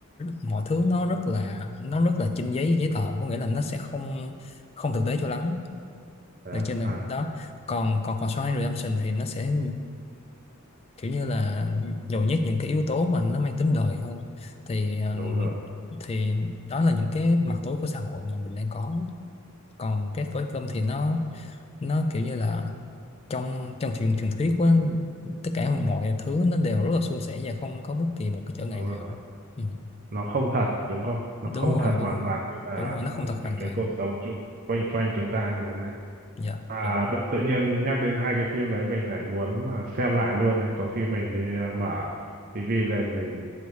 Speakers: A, on the left (about 25°); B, on the right (about 40°).
A: mọi thứ nó rất là nó rất là trên giấy giấy tờ có nghĩa là nó sẽ không không thực tế cho lắm
B: à,
A: được chưa nào?
B: à,
A: đó còn còn còn Shawshank Redemption thì nó sẽ kiểu như là nhồi nhét những cái yếu tố mà nó mang tính đời hơn thì ờ,
B: đúng rồi
A: thì đó là những cái mặt tối của xã hội mà mình đang có còn cái phối cơm thì nó nó kiểu như là trong trong truyền truyền thuyết của tất cả mọi thứ nó đều rất là suôn sẻ và không có bất kỳ một cái trở ngại
B: đúng rồi
A: nào ừ.
B: nó không thật đúng không nó
A: đúng
B: không
A: rồi
B: thật
A: đúng
B: hoàn
A: rồi
B: toàn như là
A: đúng rồi nó
B: ừ,
A: không thật hoàn
B: cái cái
A: toàn
B: cuộc sống chung quanh quanh chúng ta như thế này
A: dạ
B: à
A: dạ đúng
B: bận-
A: rồi
B: tự nhiên nhắc đến hai cái phim đấy mình lại muốn à, xem lại luôn này có khi mình đi à, mở tivi lên mình